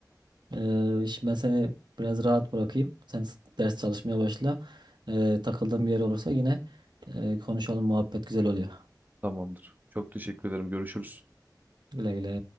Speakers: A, on the right; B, on the right.
A: e, e, şimdi ben seni biraz rahat bırakayım. Sen s- ders çalışmaya başla. E, takıldığın bir yer olursa yine e, konuşalım. Muhabbet güzel oluyor.
B: Tamamdır. Çok teşekkür ederim. Görüşürüz.
A: Güle güle.